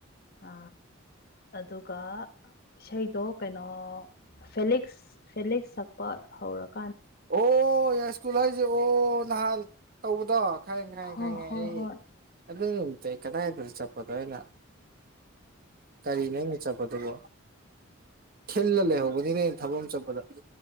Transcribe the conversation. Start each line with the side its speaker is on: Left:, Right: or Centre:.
Left: ꯑ ꯑꯗꯨꯒ ꯏꯁꯩꯗꯣ ꯀꯩꯅꯣ ꯐꯦꯂꯤꯛꯁ ꯐꯦꯂꯤꯛꯁ ꯁꯛꯄ ꯍꯧꯔꯛ
Right: ꯑꯣ ꯌꯥꯏ ꯁ꯭ꯀꯨꯜ ꯍꯥꯏꯖꯦ ꯑꯣ ꯅꯍꯥꯟ ꯇꯧꯕꯗꯣ꯫ ꯈꯪꯉꯦ ꯈꯪꯉꯦ
Left: ꯍꯣꯏ
Right: ꯈꯪꯉꯦ
Left: ꯍꯣꯏ
Right: ꯑꯩ
Left: ꯍꯣꯏ
Right: ꯑꯗꯨ ꯅꯨꯃꯤꯠꯇꯨ ꯀꯗꯥꯏꯗꯅꯣ ꯆꯠꯄꯗꯣ ꯑꯩꯅ꯫ ꯀꯔꯤꯅꯣ ꯑꯪꯅ ꯆꯠꯄꯗꯨꯕꯣ꯫ ꯊꯤꯜꯂ ꯂꯩꯍꯧꯕꯅꯤꯅꯦ ꯑꯩꯅ ꯊꯕꯛ ꯑꯃ ꯆꯠꯄꯗ